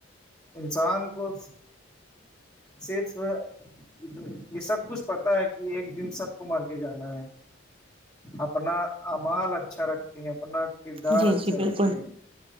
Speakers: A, on the left; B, on the right.
A: انسان کو صرف ات یہ سب کچھ پتا ہے کہ ایک دن سب کو مر کے جانا ہے اپنا امال اچھا رکھیں اپنا کردار
B: جی
A: اچھا
B: جی بالکل
A: رکھیں